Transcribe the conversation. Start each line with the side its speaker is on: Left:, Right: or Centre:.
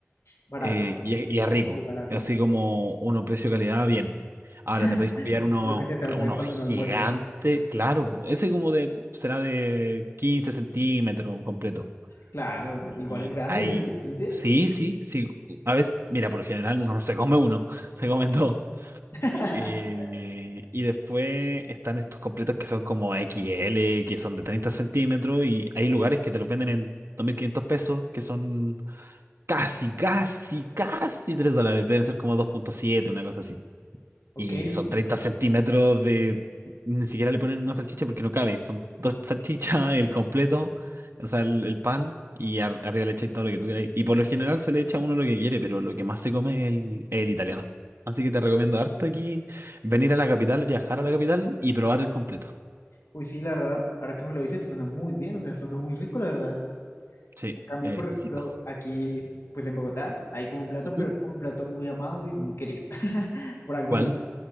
Left: Barato,
Right: Eh, y, es- y es rico,
Left: muy barato.
Right: es así como uno precio-calidad bien. Ahora
Left: <laughs>
Right: te podéis pillar uno,
Left: Lo que te salva
Right: uno
Left: es cuando
Right: gigante,
Left: no almuerzas.
Right: claro, po, ese como de, será de 15 centímetros un completo.
Left: Claro,
Right: Y
Left: igual es grande,
Right: ahí,
Left: ¿no? 15.
Right: sí, sí, sí, a veces, mira, por lo general uno no se come uno, <laughs> se comen dos.
Left: <laughs>
Right: Eh, y después están estos completos que son como X L que son de 30 centímetros, y hay lugares que te los venden en 2.500 pesos, que son casi, casi, casi 3 dólares, deben ser como dos punto siete una cosa así.
Left: Ok,
Right: Y son
Left: sí.
Right: 30 centímetros de... Ni siquiera le ponen una salchicha porque no cabe. Son dos salchichas, el completo, o sea, el, el pan y ar- arriba le echáis todo lo que tú queráis. Y por lo general se le echa a uno lo que quiere, pero lo que más se come es el, es el italiano. Así que te recomiendo harto aquí venir a la capital, viajar a la capital y probar el completo.
Left: Uy, sí, la verdad, ahora que me lo dices, suena muy bien, o sea, suena muy rico, la verdad.
Right: Sí,
Left: A cambio,
Right: es
Left: por
Right: exquisito.
Left: ejemplo, aquí, pues en Bogotá, hay como un plato,
Right: Ujú.
Left: pero es como un plato muy amado y muy querido <laughs> por algunos,
Right: ¿Cuál?
Left: ¿no?